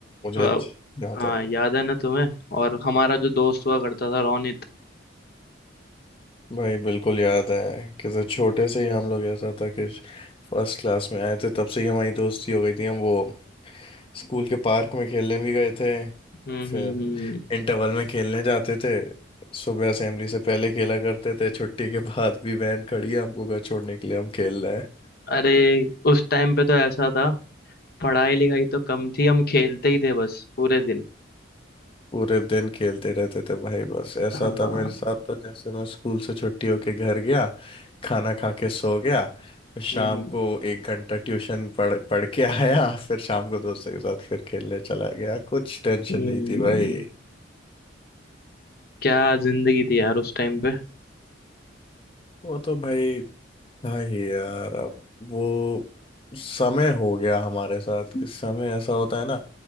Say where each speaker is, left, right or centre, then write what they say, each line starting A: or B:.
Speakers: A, on the left; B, on the left.
A: मुझे
B: हाँ
A: अच्छ- याद
B: हाँ,
A: है
B: याद है ना तुम्हें और हमारा जो दोस्त हुआ करता था रोनित
A: भाई बिल्कुल याद है कि जब छोटे से ही हम लोग ऐसा था कि फर्स्ट क्लास में आए थे तब से ही हमारी दोस्ती हो गई थी हम वो स्कूल के पार्क में खेलने भी गए थे
B: हम्म
A: फिर
B: हम्म हम्म।
A: इंटरवल में खेलने जाते थे सुबह असेंबली से पहले खेला करते थे छुट्टी के बाद भी वैन खड़ी है हमको घर छोड़ने के लिए हम खेल रहे हैं
B: अरे उस टाइम पे तो ऐसा था पढ़ाई लिखाई तो कम थी हम खेलते ही थे बस पूरे दिन
A: पूरे दिन खेलते रहते थे भाई बस ऐसा
B: हाँ
A: था मेरे साथ तो जैसे मैं स्कूल से छुट्टी होके घर गया खाना खा के सो गया फिर शाम
B: हम्म
A: को एक घंटा ट्यूशन पढ़ पढ़ के आया फिर शाम को दोस्तों के साथ फिर खेलने चला गया कुछ टेंशन
B: हम्म
A: नहीं थी भाई
B: क्या जिंदगी थी यार उस टाइम पे
A: वो तो भाई हाँ यार अब वो समय हो गया हमारे साथ कि समय ऐसा होता है ना